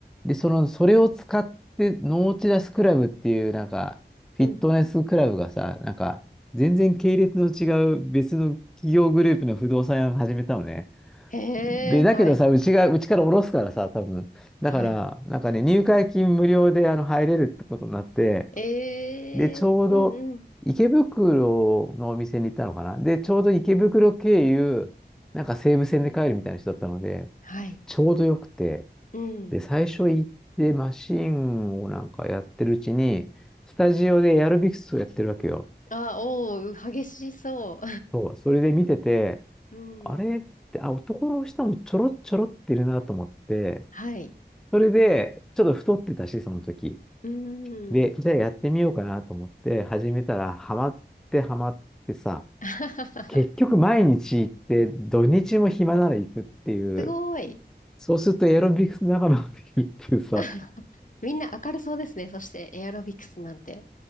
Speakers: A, in the centre; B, on the left.
A: で、その、それを使って、ノーチラスクラブっていう、なんか、フィットネスクラブがさ、
B: うん。
A: なんか、全然系列の違う別の企業グループの不動産屋を始めたのね。
B: へえ、
A: で、だけどさ、
B: はい。
A: うちが、うちから下ろすからさ、多分。
B: はい。
A: だから、なんかね、入会金無料であの入れるってことになって、
B: ええうんうん。
A: で、ちょうど池袋のお店に行ったのかな。で、ちょうど池袋経由、なんか西武線で帰るみたいな人だったので、
B: はい。
A: ちょうどよくて、
B: うん。
A: で、最初行ってマシンをなんかやってるうちに、スタジオでエアロビクスをやってるわけよ。
B: あ、おー、激しそ
A: そう、それで見てて、
B: う。<laughs> うん。
A: あれって、あ、男の人もちょろちょろっているなと思って、
B: <laughs> はい。
A: それで、ちょっと太ってたし、その時。
B: うん。
A: で、じゃあやってみようかなと思って始めたら、ハマってハマってさ、
B: <laughs>
A: 結局毎日行って、土日も暇なら行くっていう、
B: すごい。
A: そうするとエアロビクス仲間ができるっていうさ、
B: <laughs> みんな明るそうですね。そしてエアロビクスなんて